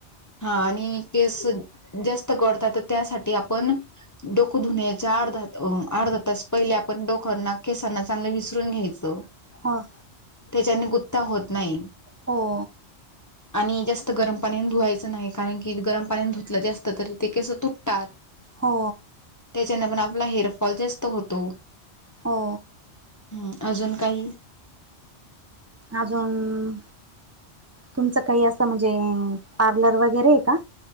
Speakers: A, on the left (about 15°); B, on the right (about 15°).
A: हां आणि केंस जास्तं गडतांत तरं त्यांसाठी आपणं डोकं धुनयचा अर्धा अर्धा तासं पहिले आपणं डोकांना केसांना चांगलं विचरूंन घ्यायचं
B: पं
A: त्यांच्याने गुप्तां होतं नाहीं
B: हो
A: आणिजास्तं गरमं पाण्यांने धुवायचं नाहीं कारणं की गरमं पाण्यांने धुतलं जास्तं असतं तरी ते कसं तुटतांत
B: हो
A: त्यांच्याने पणं आपंला हेअरफॉल जास्तं होतो
B: हो
A: हम्मं अजूंन कांहीं
B: अजूंन तुमचं कांहीं असं म्हणजे पार्लर वगैरें आहे कां